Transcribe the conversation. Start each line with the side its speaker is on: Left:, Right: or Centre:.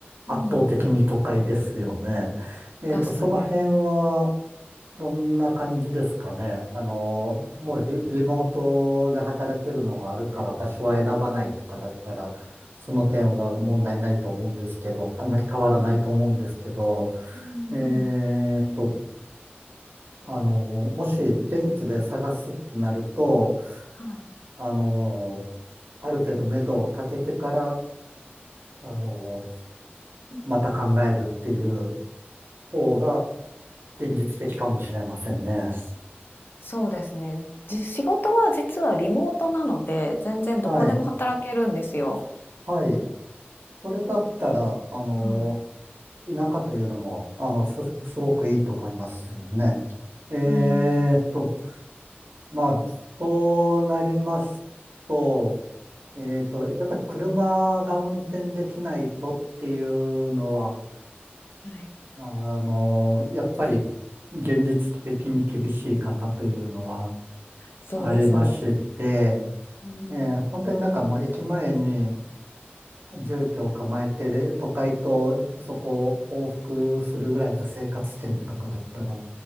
Right: 圧倒的に都会ですよね。
Left: い。うん、うん。
Right: えっと、
Left: 確かに。
Right: その辺は、どんな感じですかね。あのーもうリ、リモートで働けるのがあるから場所は選ばないとかだったら、その点は問題ないと思うんですけど、あんまり変わらないと思うんですけど、
Left: はい。うん、
Right: えっと、
Left: うん。
Right: あの、もし現地で探すってなると、
Left: はい。
Right: あの、ある程度目処を立ててから、あの、また考えるっていう方が現実的かもしれませんね。
Left: そうですね。じ仕事は実はリモートなので、全然どこでも働けるんですよ。
Right: はい。はい。それだったら、あの、
Left: はい。
Right: 田舎というのも、あの、す、すごくいいと思いますね。えーっと、
Left: うん、
Right: まあ、そうなりますと、えーっと、やっぱり車が運転できないとっていうのは、
Left: はい。
Right: まあの、やっぱり現実的に厳しいかなというのは
Left: そうですよね。
Right: ありまして、
Left: うん、
Right: えー本当になんかもう駅前に住居を構えて、都会とそこを往復するぐらいが生活圏とかだったら、